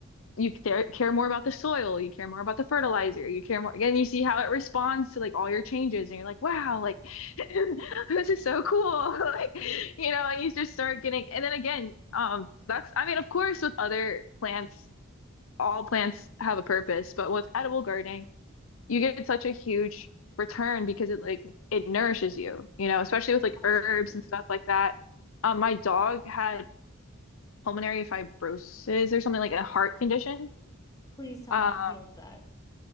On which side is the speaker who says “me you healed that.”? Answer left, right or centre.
Left